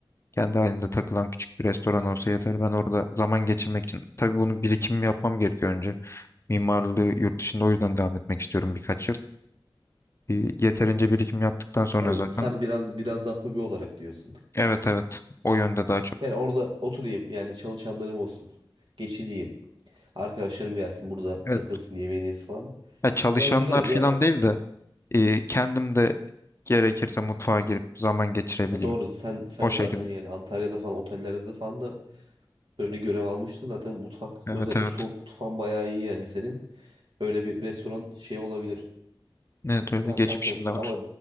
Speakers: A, on the left; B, on the right.
A: Kendi halinde takılan küçük bir restoran olsa yeter. Ben orada zaman geçirmek için. Tabii bunu birikimimi yapmam gerekiyor önce. Mimarlığı yurt dışında o yüzden devam etmek istiyorum birkaç yıl. Bir- Yeterince birikim yaptıktan sonra
B: Tabii
A: zaten
B: sen biraz biraz daha hobi olarak diyorsun.
A: Evet evet. O yönde daha çok.
B: Yani orada oturayım yani çalışanlarım olsun. Geçineyim. Arkadaşlarım gelsin burada takılsın
A: Evet.
B: yemeğini yesin falan.
A: Ya çalışanlar
B: Yani güzel
A: falan
B: bir
A: değil de e, kendim de gerekirse mutfağa girip zaman geçirebileyim.
B: doğru sen sen
A: O şekilde.
B: zaten yani Antalya'da falan otellerde de falan da böyle görev almıştın. Zaten mutfak
A: Evet
B: özellikle
A: evet.
B: soğuk mutfağın bayağı iyi yani senin. Öyle bir restoran şey olabilir.
A: Evet öyle
B: Ya
A: geçmişim
B: kanka
A: de var.
B: ama